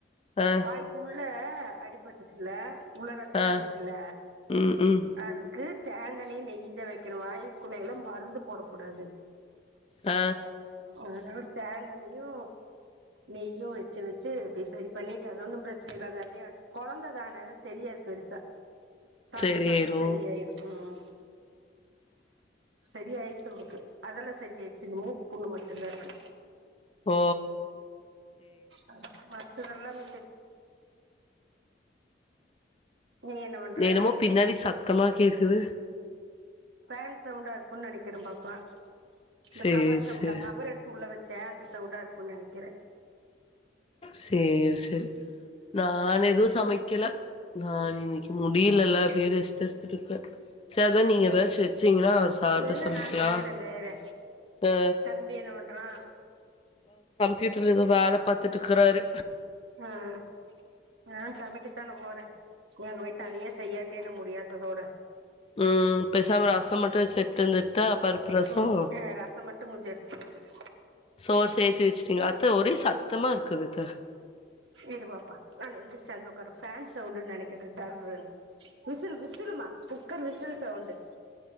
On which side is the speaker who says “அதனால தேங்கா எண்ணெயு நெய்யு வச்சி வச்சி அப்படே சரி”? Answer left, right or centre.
Right